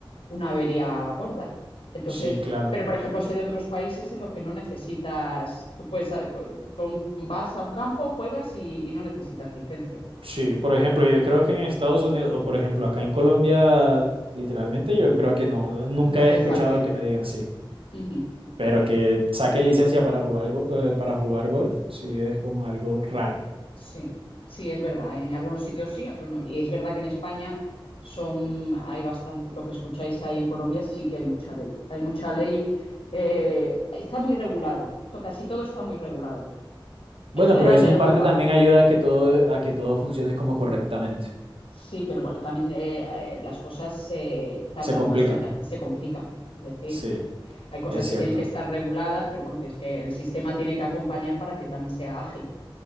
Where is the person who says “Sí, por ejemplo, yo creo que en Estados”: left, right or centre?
Right